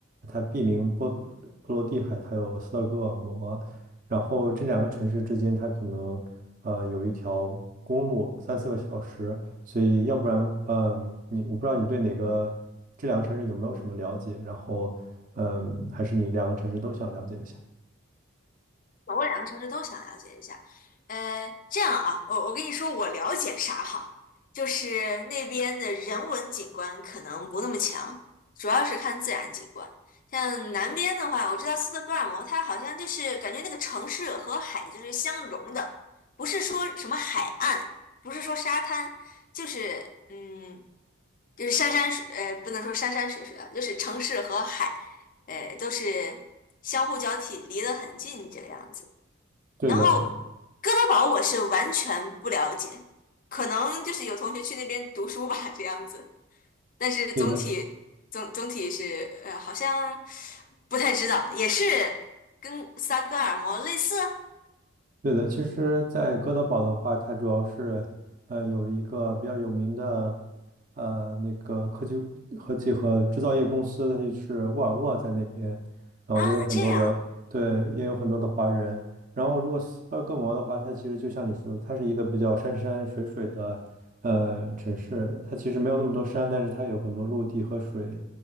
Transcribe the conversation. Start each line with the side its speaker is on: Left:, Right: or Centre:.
Right: 它毗邻波波罗的海，它有斯德哥尔摩。然后这两个城市之间，它可能呃有一条公路，三四个小时。所以要不然，嗯、你我不知道你对哪个这两个城市有没有什么了解？然后，嗯、还是你两个城市都想了解一下？
Left: 我两个城市都想了解一下。呃，这样啊，我我跟你说，我了解啥哈，就是那边的人文景观可能不那么强，主要是看自然景观。像南边的话，我知道斯德哥尔摩，它好像就是感觉那个城市和海就是相融的，不是说什么海岸，不是说沙滩，就是嗯，就是山山水，呃，不能说山山水水啊，就是城市和海，呃，都是相互交替，离得很近这个样子。
Right: 对的，
Left: 然后哥德堡我是完全不了解，可能就是有同学去那边读书吧，这样子。但是总体总总体是呃，
Right: 对的。
Left: 好像不太知道，也是跟萨格尔摩类似
Right: 对的，其实，在哥德堡的话，它主要是，呃，有一个比较有名的，呃，那个科技、科技和制造业公司，它就是沃尔沃在那边，然后也有很多的，
Left: 啊，这样。
Right: 对，也有很多的华人。然后，如果斯德哥尔摩的话，它其实就像你说的，它是一个比较山山水水的，呃，城市。它其实没有那么多山，但是它有很多陆地和水